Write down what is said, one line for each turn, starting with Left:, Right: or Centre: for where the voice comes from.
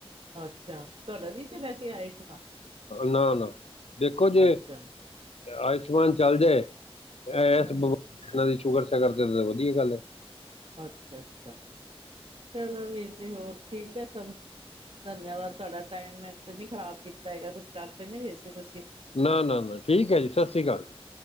Right: ਅੱਛਾ ਤੁਹਾੱਡਾ ਨੀ ਚਲਿਆ ਸੀ ਆਯੁਸ਼ਮਾਨ
Left: ਨਾ ਨਾ ਦੇਖੋ ਜੇ
Right: ਅੱਛਾ
Left: ਆਯੁਸ਼ਮਾਨ ਚੱਲ ਜਾਏ ਇਸ
Right: ਹਮ
Left: ਬਿਮਾਰੀ
Right: ਹਮ
Left: ਦੀ ਸ਼ੁਗਰ ਸ਼ਾਗਰ ਤੇ ਵਧੀਆ ਗੱਲ ਹੈ
Right: ਅੱਛਾ ਅੱਛਾ ਚਲੋ ਵੀਰ ਜੇ ਹੋਰ ਠੀਕ ਹੈ ਸੱਬ ਧੰਨਵਾਦ ਤੁਹਾਡਾ ਟਾਈਮ ਤੇ ਨੀ ਖ਼ਰਾਬ ਕੀਤਾ ਹੈਗਾ ਕੁੱਛ ਕਰਕੇ ਨਹੀਂ ਰਹੇ ਸੀ ਤੁਸੀਂ
Left: ਨਾ ਨਾ ਨਾ ਠੀਕ ਹੈ ਜੀ ਸਤਿ ਸ਼੍ਰੀ ਅਕਾਲ ਜੀ